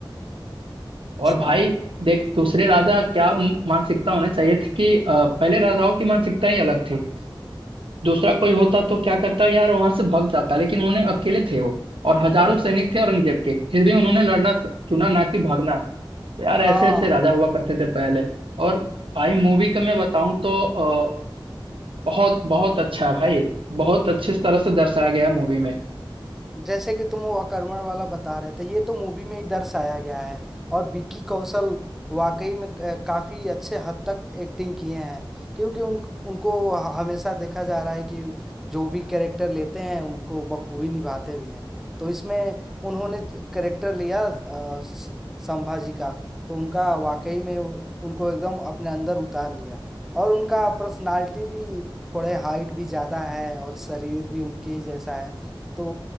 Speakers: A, on the right; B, in the centre.
A: और
B: अच्छा
A: भाई देख दूसरे राजा क्या उन मानसिकता होने चाहिए थी कि अ, पहले राजाओं की मानसिकता ही अलग थी दूसरा कोई होता तो क्या करता यार वहां से भाग जाता लेकिन उन्होंने अकेले थे वो और हजारों सैनिक थे औरंगजेब के फिर भी उन्होंने लड़ना स- चुना ना कि भागना यार
B: हाँ
A: ऐसे ऐसे राजा हुआ करते थे पहले और भाई मूवी का मैं बताऊं तो अ, बहुत बहुत अच्छा है भाई बहुत अच्छे तरह से दर्शाया गया मूवी में
B: जैसे कि तुम वो अकर्मण वाला बता रहे थे ये तो मूवी में ही दर्शाया गया है और विकी कौशल वाकई में क- काफी अच्छे हद तक एक्टिंग किए हैं क्योंकि उन उनको ह- हमेशा देखा जा रहा है कि जो भी कैरेक्टर लेते हैं उनको बखूबी निभाते भी हैं तो इसमें उन्होंने कैरेक्टर लिया अ, स- संभाजी का तो उनका वाकई में उ- उनको एकदम अपने अंदर उतार लिया और उनका पर्सनालिटी भी थोड़े हाइट भी ज्यादा है और शरीर भी उनके ही जैसा है तो